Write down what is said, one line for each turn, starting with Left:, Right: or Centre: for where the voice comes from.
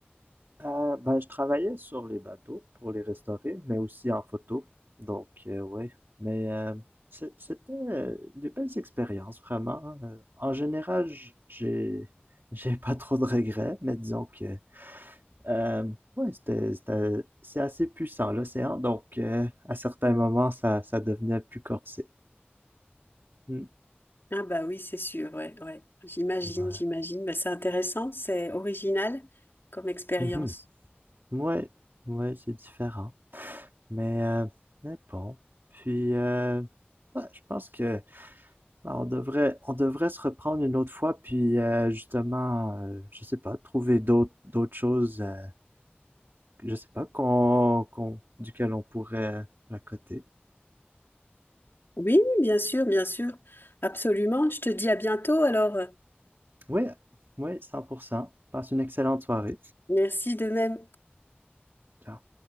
Right: Euh, ben, je travaillais sur les bateaux pour les restaurer, mais aussi en photo, donc euh, ouais. Mais euh, c'est- c'était euh, des belles expériences, vraiment. hein. Euh, en général, j- j'ai j'ai pas trop de regrets, mais disons que Euh, ouais, c'était, c'était- c'est assez puissant l'océan, donc euh, à certains moments, ça, ça devenait plus corsé. Hmm.
Left: Ah bah oui, c'est sûr, ouais, ouais. J'imagine,
Right: Ouais.
Left: j'imagine. Bah, c'est intéressant, c'est original comme expérience.
Right: Mhm. Ouais, ouais, c'est différent. Mais, euh, mais bon. Puis, euh, ouais, je pense que bah, on devrait, on devrait se reprendre une autre fois, puis euh, justement, euh, je sais pas, trouver d'autres, d'autres choses, euh, je sais pas, qu'on, qu'on, duquel on pourrait placoter.
Left: Oui, bien sûr, bien sûr. Absolument. Je te dis à bientôt alors.
Right: Oui, oui, 100%. Passe une excellente soirée.
Left: Merci de même.
Right: Ciao.